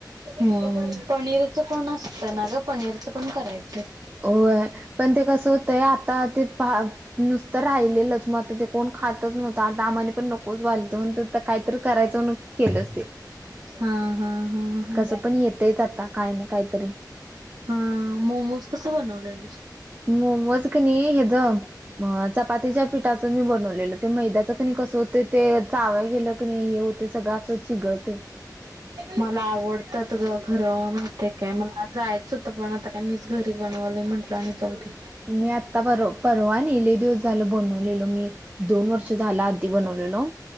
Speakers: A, on the right; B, on the right.
A: हम् पनीर पण असत ना ग पनीरच पण करायच
B: हो आहे पण ते कस हो ते आता ते नुसतं राहिलेलंच म ते कोण खातच नव्हतं आमा पण नकोच वालतो काहीत करायच केलं असते
A: हा हा हा हा
B: कसं पण येतच आता काय नाही काहीतरी
A: हा मोमोज कस बनवले
B: मोमच कणी हे ज चपातीच्या पिठाच मी बनवलेल ते मैद्याचं क कसं होते ते चावय गेलं की नाही हे होते सगळं असं चिघळते
A: मला आवडत त खरं माहितीय काय मला जायचं होतं पण आता काय मीच घरी बनवलं म्हटलं आणि जावढी
B: मी आत्ता पर परवा आणि इले दिवस झाल बनून ब मी एक दोन वर्ष झाला आी बनवलेलो